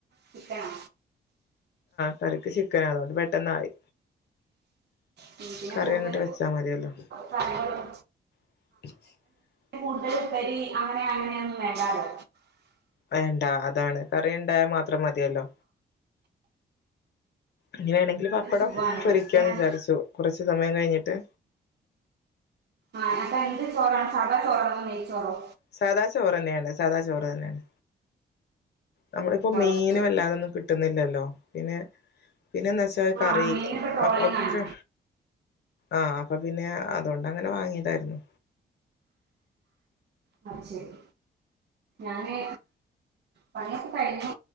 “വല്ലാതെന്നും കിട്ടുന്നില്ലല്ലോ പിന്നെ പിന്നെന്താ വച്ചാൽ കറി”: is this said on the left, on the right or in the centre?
Left